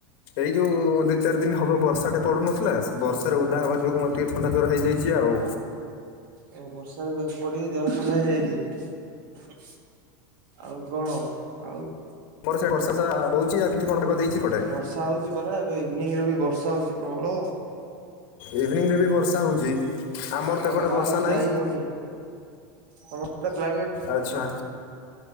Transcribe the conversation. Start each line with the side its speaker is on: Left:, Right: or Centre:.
Left: ଏଇ ଯୋଉ ଦି ଚାରି ଦିନ ହବ ବର୍ଷାଟେ ପଡୁନଥିଲା ସେ ବର୍ଷାରେ ଓଦା ହେବା ଯୋଗୁଁ ମ ଟିକେ ଥଣ୍ଡା ଜର ହେଇଯାଇଛି ଆଉ।
Right: ଓ ବର୍ଷାରେ ପଡିି ଜର ଥଣ୍ଡା ହେଇଯାଇଛି? ଆଉ କଣ? ଆଉ?
Left: ଆମର ସେ ବର୍ଷା ସା ହଉଛି ଆ କେମିତି କଣ ପାଗ ଦେଇଛି? ଏପଟେ
Right: ବର୍ଷା ହଉଛି ପ୍ରବଳ ଏବେ ଇଭିନିଂ ରେ ବି ବର୍ଷା ହଉଛି ପ୍ରବଳ।
Left: ଇଭିନିଂ ରେ ବି ବର୍ଷା ହଉଛି। ଆମର ତ
Right: କୁଆଡ଼େ
Left: ଏପଟେ
Right: ବାହାରକୁ
Left: ବର୍ଷା ନାହିଁ
Right: ଯାଇ ହଉନି ତମ କ୍ଲାଇମେଟ
Left: ଆଚ୍ଛା